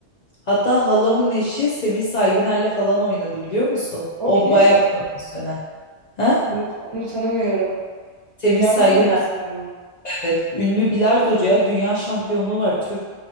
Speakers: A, on the left; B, on the right.
A: hatta halamın eşi Semih Saygıner'le falan oynadı biliyor musun?
B: O
A: O
B: kim?
A: baya profesyonel. Ha?
B: Onu, onu tanımıyorum.
A: Semih
B: Bilardo
A: Saygıner
B: dünyasında mı?
A: evet. Ünlü bilardocuya dünya şampiyonluğu var Türk.